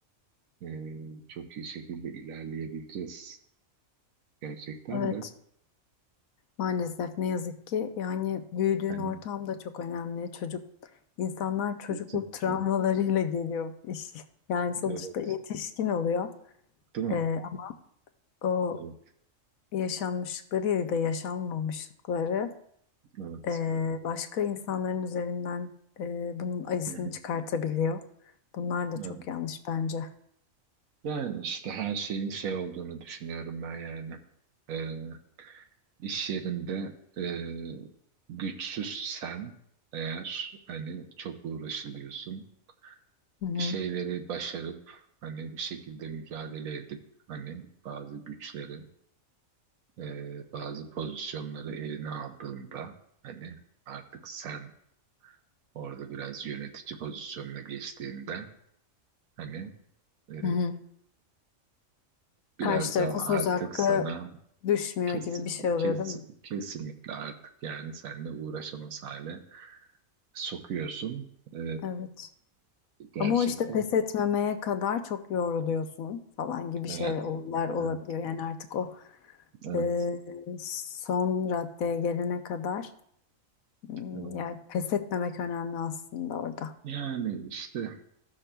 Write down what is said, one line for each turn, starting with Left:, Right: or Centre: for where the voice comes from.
Right: eee, çok iyi şekilde ilerleyebileceğiz gerçekten
Left: Evet.
Right: de
Left: Maalesef ne yazık ki yani büyüdüğün
Right: hani
Left: ortam da çok önemli. Çocuk insanlar çocukluk
Right: kesinlikle.
Left: travmalarıyla geliyor iş. Yani sonuçta
Right: Evet,
Left: yetişkin oluyor.
Right: değil mi?
Left: Ee, ama o
Right: Evet,
Left: yaşanmışlıkları ya da yaşanmamışlıkları
Right: evet.
Left: ee, başka insanların üzerinden ee, bunun acısını
Right: Hı hı,
Left: çıkartabiliyor. Bunlar da çok
Right: Evet.
Left: yanlış bence.
Right: Yani işte her şeyin şey olduğunu düşünüyorum ben yani. Eee iş yerinde eee güçsüzsen eğer hani çok uğraşılıyorsun.
Left: Hı
Right: bir
Left: hı.
Right: şeyleri başarıp hani bir şekilde mücadele edip hani bazı güçleri e, bazı pozisyonları eline aldığında hani artık sen orada biraz yönetici pozisyonuna geçtiğinde hani e,
Left: Hı hı.
Right: biraz
Left: Karşı tarafa
Right: daha
Left: söz
Right: artık
Left: hakkı
Right: sana
Left: düşmüyor
Right: kes,
Left: gibi bir şey oluyor
Right: kes,
Left: değil mi?
Right: kesinlikle artık yani seninle uğraşamaz hale sokuyorsun. E,
Left: Evet.
Right: gerçekten.
Left: Ama o işte pes etmemeye kadar çok yoruluyorsun falan gibi
Right: Evet,
Left: şeyler olabiliyor.
Right: evet,
Left: Yani artık o
Right: evet,
Left: e, son raddeye gelene kadar m,
Right: evet.
Left: yani pes etmemek önemli aslında orada.
Right: Yani işte.